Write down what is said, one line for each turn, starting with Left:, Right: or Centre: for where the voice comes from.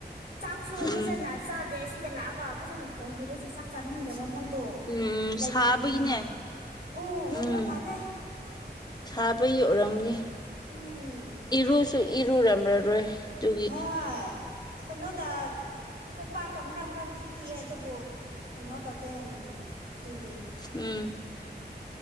Right: ꯆꯥꯛꯁꯨ
Left: ꯎꯝ
Right: ꯐꯖꯅ ꯆꯥꯗꯦ ꯁꯤꯗ ꯂꯥꯛꯑꯒ ꯐꯖꯅ ꯊꯣꯡꯕꯤꯔꯁꯨ ꯆꯥꯛ ꯆꯥꯅꯤꯡꯗꯕ ꯃꯣꯏ ꯇꯣ
Left: ꯎꯝ ꯁꯥꯕꯒꯤꯅꯦ
Right: ꯂꯩꯐꯝ ꯅꯨꯡꯉꯥꯏ ꯑꯣ ꯑꯣꯏꯕ
Left: ꯎꯝ
Right: ꯃꯥꯜꯂꯦ
Left: ꯁꯥꯕꯒꯤ ꯑꯣꯏꯔꯝꯅꯤ
Right: ꯎꯝ
Left: ꯏꯔꯨꯁꯨ ꯏꯔꯨꯔꯝꯂꯔꯣꯏ ꯑꯗꯨꯒꯤ
Right: ꯍꯣꯏ ꯀꯩꯅꯣꯗ ꯀꯣꯝꯄꯥꯛꯇ ꯃꯔꯛ ꯃꯔꯛꯇꯤ ꯄꯤꯑꯦ ꯑꯗꯨꯕꯨ ꯀꯩꯅꯣ ꯇꯧꯗꯦ ꯑꯗꯨꯒꯤ
Left: ꯎꯝ